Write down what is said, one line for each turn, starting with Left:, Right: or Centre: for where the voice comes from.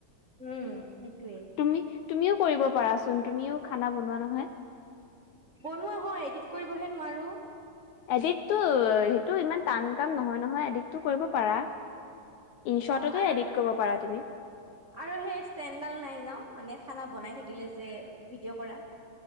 Right: উম সেইটোৱে,
Left: তুমি তুমিও কৰিব পাৰাচোন তুমিও খানা বনোৱা নহয়।
Right: বনোৱা হয় এডিট কৰিবহে নোৱাৰো।
Left: এডিকটটো সেইটো ইমান টান কাম নহয় নহয় এডিকটটো কৰিব পাৰা। ইনশ্বৰ্টতো
Right: অ আৰু
Left: এডিট কৰিব পাৰা তুমি।
Right: আৰু সেই ষ্টেনদাল নাই ন মানে খানা বনাই থাকিলে যে ভিডিঅ' কৰা।